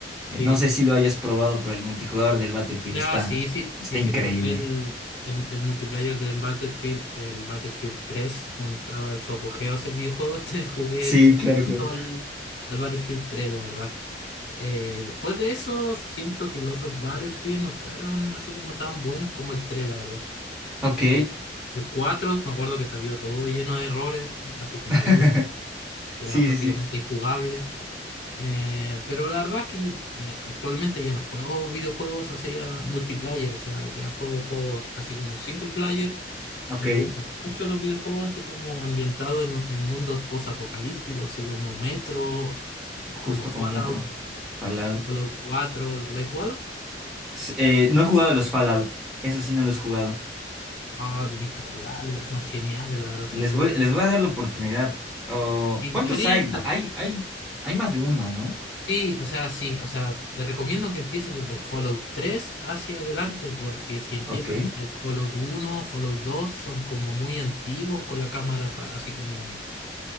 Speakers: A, on the left; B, in the centre.
A: sí.
B: Eh, no sé si lo hayas probado, pero el multijugador del Battlefield
A: Ya,
B: está,
A: sí, sí, sí,
B: está increíble.
A: sí, probé el, el, el multiplayer del Battlefield, el Battlefield tres cuando estaba en su apogeo ese videojuego, <laughs> te jugué
B: Sí,
A: el,
B: claro,
A: harto
B: claro.
A: al, al Battlefield tres la verdad. Eh, después de eso, siento que los otros Battlefield no fueron así como tan buenos como el 3 la verdad.
B: Ok.
A: Eh, el 4 me acuerdo que salió todo lleno de errores, así como
B: <laughs>
A: boot, era
B: Sí,
A: prácticamente
B: sí, sí.
A: injugable. Eh, pero la verdad es que eh, actualmente ya no juego videojuegos así a multiplayer, o sea, ya juego juegos así como single player.
B: Ok.
A: Eh, me gustan mucho los videojuegos así como ambientados en, en mundos post-apocalípticos, así como Metro,
B: Justo
A: como Fallout,
B: como metro. Fallout.
A: Fallout cuatro ¿Lo has jugado?
B: S- eh, no he jugado los Fallout. Eso sí, no los he jugado.
A: Ah, tenéis que jugarlo porque son geniales, la verdad, son
B: Les
A: súper.
B: voy, les voy a dar la oportunidad. Oh,
A: Y
B: ¿cuántos
A: debería
B: hay? Ah, Hay, hay, hay más de uno, ¿no?
A: Sí, o sea, sí, o sea, te recomiendo que empieces desde el Fallout tres hacia adelante, porque si empiezas
B: Ok.
A: desde el Fallout uno, Fallout dos, son como muy antiguos con la cámara pa- así como